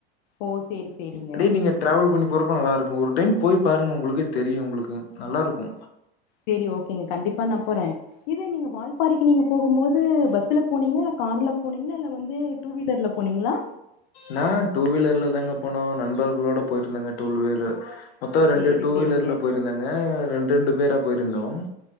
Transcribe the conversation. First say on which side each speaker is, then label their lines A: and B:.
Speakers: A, on the left; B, on the left.
A: ஓ சேரி சேரிங்க
B: அதே நீங்க டிரவல் பண்ணி போறப்ப நல்லா இருக்குங்க ஒரு டைம் போய் பாருங்க உங்களுக்கே தெரியு உங்களுக்கு நல்லா இருக்கு
A: சேரி ஓகேங்க கண்டிப்பா நா போறே இது நீங்க வால்பாறைக்கு நீங்க போகும் போது பஸ்ல போனீங்களா இல்ல கார்ல போனீங்களா இல்ல வந்து டூ வீலர்ல போனீங்களா
B: நா டூவீலர்ல தாங்க போனோ நண்பர்களோட போயிருந்தாங்க டூ வீலர்ல மொத்தோ ரெண்டு
A: சேரி
B: டூ
A: சேரிங்க
B: வீலர்ல போயிருந்தங்க ரெண்டு ரெண்டு பேரு அப்போ இருந்தோம்